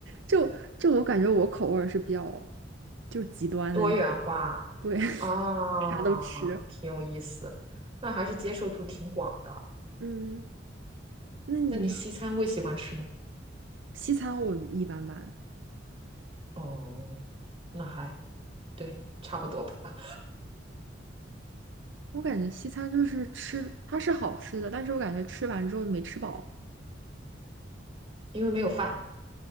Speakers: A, on the right; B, on the right.
A: 就就我感觉我口味儿是比较就是极端的那，
B: 多元化啊，
A: 对，<laughs> 啥都吃。
B: 挺有意思。那还是接受度挺广的。
A: 嗯，那你呢？
B: 那你西餐会喜欢吃吗？
A: 西餐我一般般，
B: 哦，那还对，差不多吧。
A: 我感觉西餐就是吃，它是好吃的，但是我感觉吃完之后没吃饱。
B: 因为没有饭，